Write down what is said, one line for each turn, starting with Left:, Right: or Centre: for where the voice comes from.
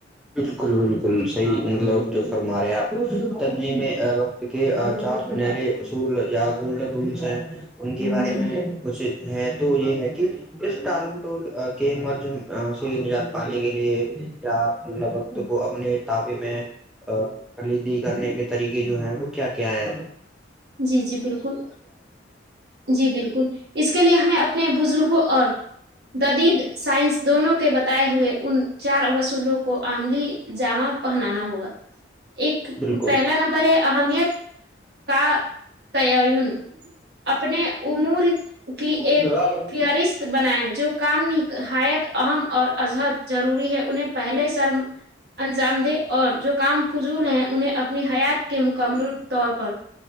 Centre: بالکل بالکل صحی مطلب جو فرماریا تنظیم وقت کے چار سنہرے اصول یا گولڈ رولس ہیں ان کے
Right: ہے
Centre: بارے
Right: جی
Centre: میں کچھ ہے تو یہ ہے کہ اس ٹالمٹول کے مرض سے نجات پانے کے لیے کیا م وقت کو اپنے تعبے میں کلیدی کرنے کے طریقے جو ہیں وہ کیا کیا ہے
Right: جی جی بالکل جی بالکل اس کے لیے ہمیں اپنے بزرگوں اور ددید سائنس دونوں کے بتائے ہوئے ان چار ولوں کو آملی ج پ جاما پہنانا ہوگا ایک
Centre: بالکل
Right: پہلا نمبر ہے اہمیت کا <unintelligible> تین اپنے امور کی
Centre: ہوں
Right: ایک فہرست بنائیں جو کامایت اہم اور اجہد ضروری ہے انہیں پہلے سر انجام دے اور جو کام فضول ہیں انہیں اپنی حیات کے مکمل طور پر